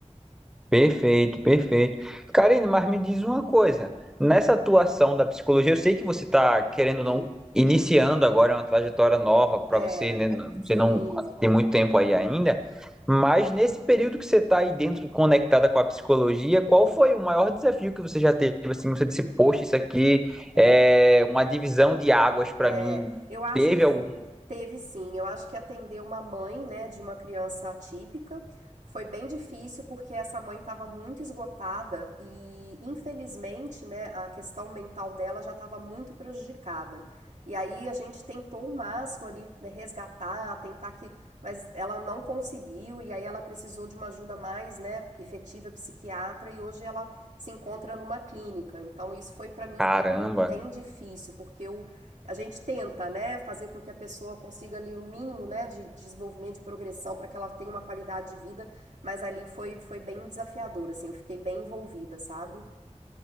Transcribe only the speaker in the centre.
Perfeito, perfeito. Karina, mas me diz uma coisa. Nessa atuação da psicologia, eu sei que você está querendo ou
não iniciando agora uma trajetória nova para
você, né?
Você não tem muito tempo aí ainda, mas nesse período que você está aí dentro, conectada com a psicologia, qual foi o maior desafio que você já teve? Assim, você disse, poxa, isso aqui
é uma divisão de águas para
mim.
Teve
algum?
Caramba,